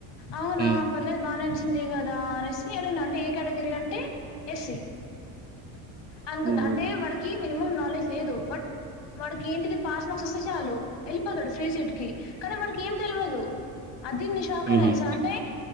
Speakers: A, on the left; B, on the right.
A: అవునా
B: హ్మ్.
A: పర్లేదు బానే వచ్చింది చ్చింది కదా అనేసీ అనిన అంటే ఏ కేటగిరీ అంటే ఎస్సీ అనుకున్న
B: హ్మ్.
A: అంటే వాడికీ మినిమం నాలెడ్జ్ లేదు బట్ వాడికి ఏంటిది పాస్ మార్క్స్ వస్తే చాలు వెళ్ళిపోతాడు ఫ్రీ సీట్ కి కానీ వాడికి ఏం తెలవదు అదీ నిష్క్ క్లాక
B: హ్మ్.
A: తెల్సా
B: హ్మ్.
A: అంటే